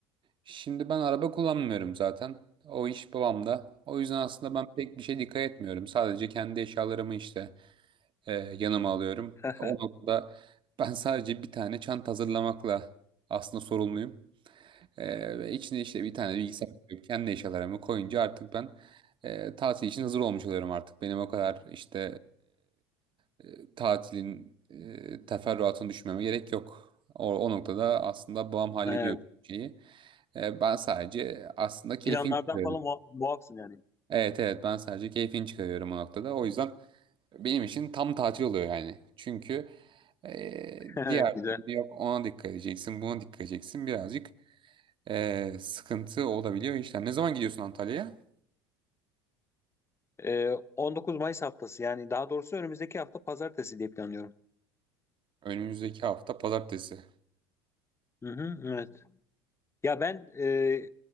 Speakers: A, on the right; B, on the left.
A: şimdi ben araba kullanmıyorum zaten. O iş babamda. O yüzden aslında ben pek bir şey dikkat etmiyorum. Sadece kendi eşyalarımı işte e, yanıma alıyorum.
B: <laughs>
A: O noktada ben sadece bir tane çanta hazırlamakla aslında sorumluyum. E, ve içine işte bir tane bilgisayar koyup kendi eşyalarımı koyunca artık ben e, tatil için hazır olmuş oluyorum artık. Benim o kadar işte e, e, tatilin e, teferruatını düşünmeme gerek yok. O, o noktada aslında babam hallediyor
B: Ee,
A: şeyi. E, ben sadece aslında keyfin
B: Planlardan
A: çıkarıyorum.
B: falan muaf- muafsın yani.
A: Evet evet ben sadece keyfini çıkarıyorum o noktada. O yüzden benim için tam tatil oluyor yani. Çünkü eee,
B: <laughs>
A: diğer
B: Güzel.
A: türlü yok ona dikkat edeceksin buna dikkat edeceksin birazcık eee, sıkıntı olabiliyor işler. Ne zaman gidiyorsun Antalya'ya?
B: Ee, 19 Mayıs haftası yani daha doğrusu önümüzdeki hafta pazartesi diye planlıyorum.
A: Önümüzdeki hafta pazartesi.
B: Hı hı, evet. Ya ben e,